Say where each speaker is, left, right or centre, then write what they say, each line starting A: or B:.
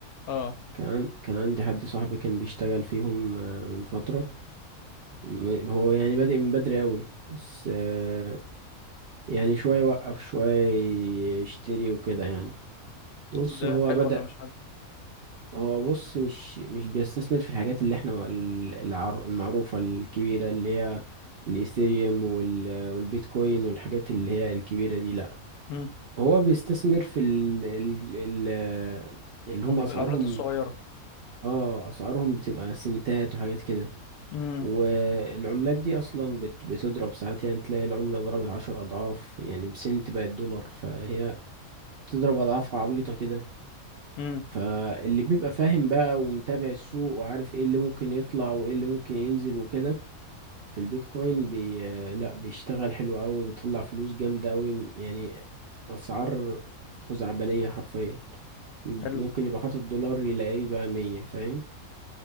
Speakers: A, on the left (about 80°); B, on the right (about 60°).
A: اه
B: كان عن- كان عندي حد صاحبي كان بيشتغل فيهم آه، من فترة م- هو يعني بادئ من بدري أوي بس آه، يعني شوية وقف شوية يشتري وكده يعني بص
A: طب ده
B: هو
A: حلو
B: بدأ
A: ولا مش حلو
B: هو بص مش مش بيستثمر في الحاجات اللي احنا ال- العر- المعروفة الكبيرة اللي هي الإيثيريوم وال- والبيتكوين والحاجات اللي هي الكبيرة دي لأ
A: مم.
B: هو بيستثمر في ال ال ال اللي هم
A: عمل-
B: أسعارهم
A: العملات الصغيرة
B: اه أسعارهم بتبقى سنتات وحاجات كده
A: مم.
B: والعملات دي أصلا بت بتضرب ساعات يعني تلاقي العملة ضربت عشر أضعاف يعني بسنت بقت دولار فهي بتضرب أضعاف عبيطة كده
A: مم.
B: فاللي بيبقى فاهم بقى ومتابع السوق وعارف ايه اللي ممكن يطلع وايه اللي ممكن ينزل وكده في البيتكوين بي آه، لا بيشتغل حلو قوي بيطلع فلوس جامدة قوي يعني اسعار خزعبلية حرفيا م-
A: حلو
B: ممكن يبقى حاطط دولار يلاقيه بقى مية فاهم